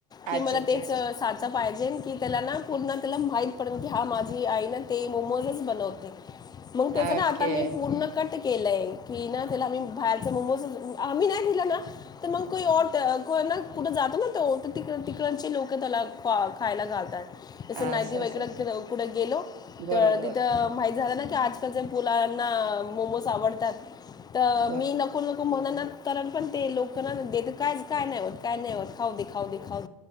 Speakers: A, on the left; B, on the right.
A: की
B: अच्छा
A: मला
B: अच्छा
A: तेच साचा पाहिजे की त्याला ना. पूर्ण त्याला माहीत पडल की हा माझी आई ना ते मोमोजच बनवते. मग
B: अच्छा
A: त्याच ना
B: ओके
A: आता मी पूर्ण कट. केलंय की ना त्याला मी बाहेरच मोमोज आम्ही नाही दिलं ना तर मग कोई और <unintelligible> कुठं जातो ना तो तिकड तिकडचे लोक त्याला खायला घालतात. तसं
B: असं
A: नाहीती वईकड
B: असं
A: कुठे गेलो
B: बरोबर
A: तर मा झा आजकाललांना मोमोज आवडतात तर
B: बर
A: मी नको मलाना तरण पण ते लोकांना देत कायच काय नाहीट काय नाही वाट खाऊ देखाव देखाव